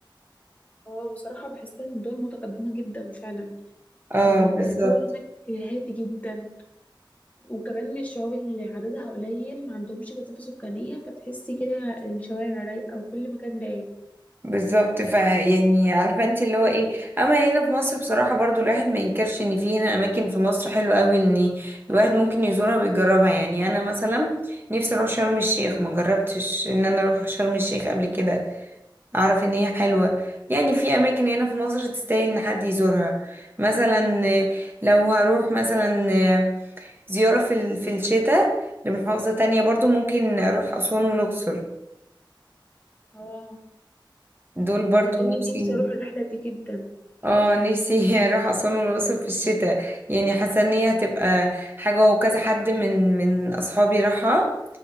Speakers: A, on the left; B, on the right.
A: اه بصراحة بحسها من دول متقدمة جدا فعلا
B: اه
A: والجو
B: بالظبط
A: هناك هادي جدا وكمان من الشعوب اللي عددها قليل ما عندهمش كثافة سكانية فتحسي كده الشوارع رايقة وكل مكان رايق
B: بالظبط فيعني عارفه انت اللي هو ايه اما هنا في مصر بصراحه برضو الواحد ما ينكرش ان في هنا اماكن في مصر حلوه قوي ان الواحد ممكن يزورها ويجربها يعني انا مثلا نفسي اروح شرم الشيخ ما جربتش ان انا اروح شرم الشيخ قبل كده اعرف ان هي حلوه يعني في اماكن هنا في مصر تستاهل ان حد يزورها مثلا آه، لو هروح مثلا آه، زياره في ال- في الشتاء لمحافظه تانية برضو ممكن اروح اسوان والاقصر
A: اه
B: دول برضو
A: انا كمان
B: نفسي
A: نفسي اروح الرحلة دي جدا
B: اه نفسي <laughs> اروح اسوان والاقصر في الشتاء يعني حاسه ان هي هتبقى حاجه وكذا حد من من اصحابي راحها